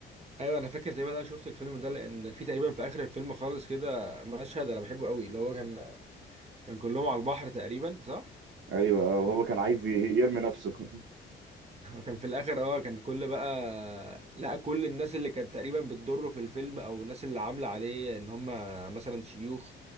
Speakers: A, on the right; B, on the right.
A: ايوه انا فاكر تقريبا انا شفت الفيلم ده لان في تقريبا في اخر الفيلم خالص كده مشهد انا بحبه قوي اللي هو كان كان كلهم على البحر تقريبا صح
B: ايوه آه، وهو
A: وكان
B: كان عايز ي- يرمي نفسه <laughs>
A: كان في الاخر اه كان كل بقى لا كل الناس اللي كانت تقريبا بتضره في الفيلم او الناس اللي عامله عليه ان هم مثلا شيوخ